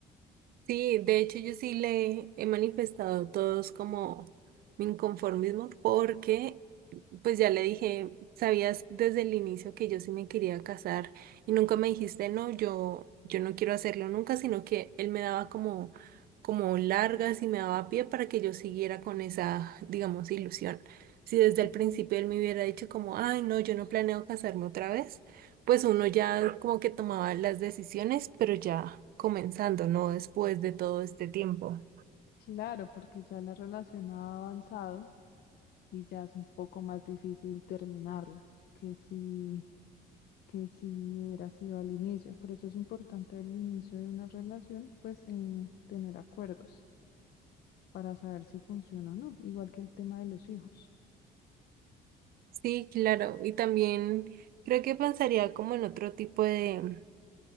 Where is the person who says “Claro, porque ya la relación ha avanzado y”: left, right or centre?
Left